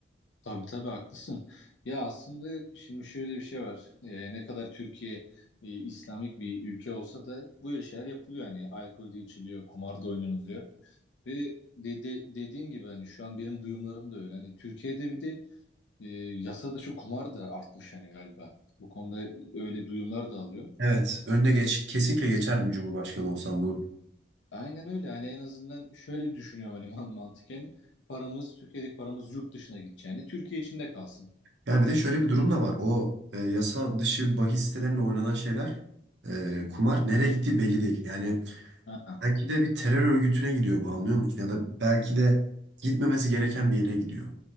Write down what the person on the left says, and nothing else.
Tabii tabii haklısın. Ya aslında şimdi şöyle bir şey var. Ee, ne kadar Türkiye e, İslamik bir ülke olsa da böyle şeyler yapılıyor. Hani alkol de içiliyor, kumar da oynanılıyor. Ve de, de- dediğin gibi hani şu an benim duyumlarım da öyle. Hani Türkiye'de bir de e, yasa dışı kumar da artmış hani galiba. Bu konuda öyle duyumlar da alıyor.
Aynen öyle. Hani en azından şöyle düşünüyorum hani man- mantıken. Paramız, Türkiye'deki paramız yurt dışına gideceğini, Türkiye içinde kalsın.
Ha,